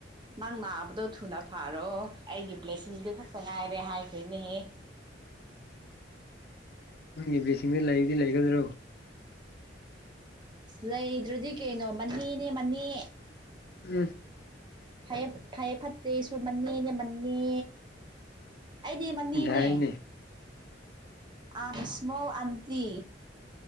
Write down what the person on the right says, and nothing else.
ꯅꯪ ꯅꯥꯕꯗꯣ ꯊꯨꯅ ꯐꯥꯔꯣ ꯑꯩꯒꯤ ꯕ꯭ꯂꯦꯁꯤꯡꯗꯨ ꯈꯛꯇ ꯉꯥꯏꯔꯦ ꯍꯥꯏꯈ꯭ꯔꯦꯅꯦꯍꯦ
ꯂꯩꯗ꯭ꯔꯗꯤ ꯀꯩꯅꯣ ꯃꯅꯦꯅꯦ ꯃꯅꯦ
ꯐꯩꯌꯦ ꯐꯩꯌꯦ ꯐꯠꯇꯦꯁꯨ ꯃꯅꯦꯅꯦ ꯃꯅꯦ ꯑꯩꯗꯤ ꯃꯅꯦꯅꯦ
ꯑꯥꯢ ꯑꯦꯝ ꯁꯃꯣꯜ ꯑꯟꯇꯤ